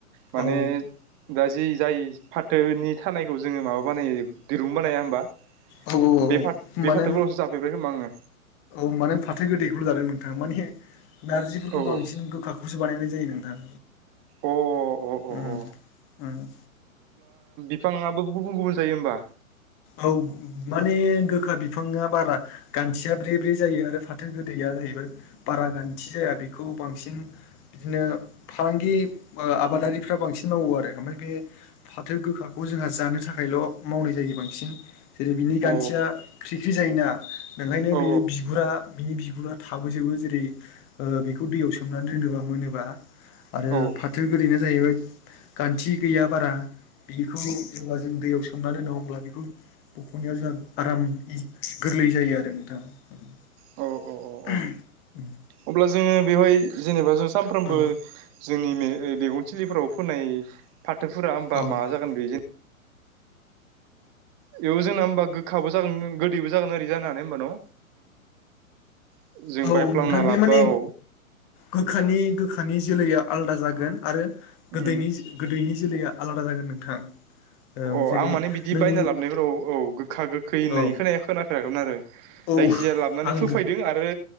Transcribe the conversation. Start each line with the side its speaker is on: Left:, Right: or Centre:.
Right: माने
Left: औ
Right: दा जि जाय फाथोनि थानायखौ जोंङो माबा बानायो दिरुं बानाया होमबा
Left: औ औ औ
Right: बे फाथ बे
Left: माने
Right: फाथोखौल'सो जाफेरबाय खोमा आङो
Left: औ माने फाथो गोदैखौल' जादों नोंथाङा माने नारजिफोरखौ
Right: औ
Left: बांसिन गोखाखौसो बानायनाय जायो नोंथां।
Right: औ अ अ
Left: अम
Right: अ
Left: अम
Right: बिथांङा आबो गुबुन गुबुन जायो होमबा
Left: औ माने गो खा बिफाङा बारा गान्थिया ब्रे-ब्रे जायो आरो फाथो गोदैया जाहैबाय बारा गान्थि जाया बे खौ बांसिन बिदिनो फालांगि आबादारिफ्रा बांसिन मावो आरो ओमफ्राय बे फाथो गोखाखौ जोंहा जानो थाखायल' मावनाय जायो बांसिन जेरै बिनि गानथिया
Right: अ
Left: ख्रिख्रि जायोना। बेखायनो
Right: औ
Left: बियो बिगुरा बिनि बिगुरा थाबोजोबो जेरै बेखौ दैयाव सोमनानै दोनोबा मोनोबा आरो
Right: औ
Left: फाथो गोरैनो जाहैबाय गान्थि गैया बारा बिखौ जब्ला जों दैयाव सोम द होमब्ला बेखौ बख'नायाव जोंहा आराम इजि गोरलै जायो आरो नोंथां
Right: औ
Left: उ
Right: औ औ औ अब्ला जोङो बेवहाय जेनेबा जों सानफ्रोमबो
Left: औ
Right: जोंनि मे मेगन थिलिफ्राव फोननाय फाथोफोरा होमबा
Left: औ
Right: मा जागोन बे जे बेयाव जोंना होमबा गोखाबो जागोन गोदैबो जागोन ओरै जानो हानाय होमबा न जों
Left: औ
Right: बायफ्लांना
Left: नोंथां
Right: लाबबा
Left: बे माने
Right: औ
Left: गोखानि गोखानि जोलैया आलदा जागोन आरो गोदैनि
Right: उम
Left: गोदैनि जोलैया आलादा जागोन नोंथां औ
Right: अ
Left: जेरै
Right: आं माने बिदि
Left: नों
Right: बायना लाबोनायफोराव औ गोखा गोखै होननाय
Left: औ
Right: खोनाया खोनाफेराखैमोन आरो
Left: औ
Right: जायखिजाया लाबानै
Left: आं
Right: फोफायदों आरो